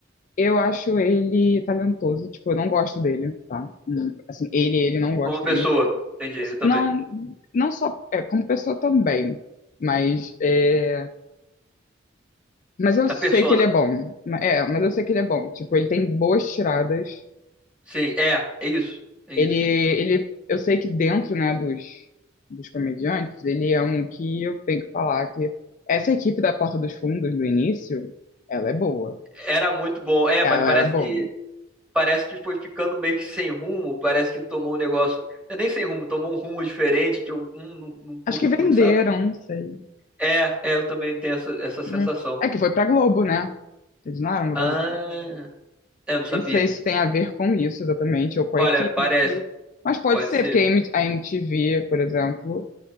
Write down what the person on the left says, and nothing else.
Eu acho ele talentoso, tipo, eu não gosto dele, tá? Hum, Assim, ele, ele não gosta
muito.
Não, não só é, como pessoa também, mas é, mas eu
sei
que ele é bom. Ma- É, mas eu sei que ele é bom. Tipo, ele tem boas tiradas.
Ele,
ele, eu sei que dentro, né, dos dos comediantes, ele é um que eu tenho que falar que essa equipe da Porta dos Fundos do início, ela é boa.
Ela
era boa.
Acho
que venderam,
não sei.
Não- É que foi pra Globo, né? Eles não eram da
Globo.
Nem sei se tem a ver com isso exatamente, ou com
a equipe
em si. Mas pode
ser,
porque a M- a MTV, por exemplo,